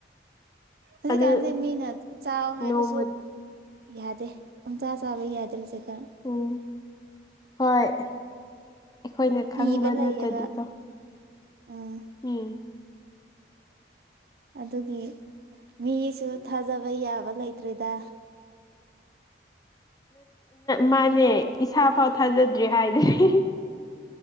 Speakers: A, on the right; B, on the left.
A: ꯍꯧꯖꯤꯛꯀꯥꯟꯁꯦ
B: ꯑꯗꯨ
A: ꯃꯤꯅ ꯆꯥꯎ ꯍꯥꯏꯕꯁꯨ
B: ꯅꯣꯡꯃ
A: ꯌꯥꯗꯦ ꯄꯪꯆꯥꯥ ꯆꯥꯕ ꯌꯥꯗꯦꯔꯤ ꯍꯧꯖꯤꯦꯀ
B: ꯎꯝ ꯍꯣꯏ ꯑꯩꯈꯣꯏꯅ
A: ꯀꯤꯕ
B: ꯈꯪꯕ
A: ꯂꯩꯑꯕ
B: ꯅꯠꯇ꯭ꯔꯗꯤꯀꯣ
A: ꯎꯝ
B: ꯎꯝ
A: ꯑꯗꯨꯒꯤ ꯃꯤꯁꯨ ꯊꯥꯖꯕ ꯌꯥꯕ ꯂꯩꯇ꯭ꯔꯦꯗ
B: ꯃꯥꯅꯦ ꯏꯁꯥ ꯐꯥꯎ ꯊꯥꯖꯗ꯭ꯔꯦ ꯍꯥꯏꯗꯗꯤ